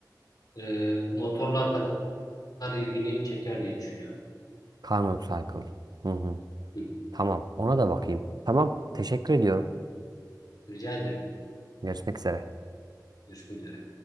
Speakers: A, on the left (about 60°); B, on the right (about 70°).
A: e, motorlar kadar ilgini çeker diye düşünüyorum.
B: Carnot Cycle. Hı hı.
A: Hı.
B: Tamam ona da bakayım. Tamam teşekkür ediyorum.
A: Rica ederim.
B: Görüşmek üzere.
A: Görüşmek üzere.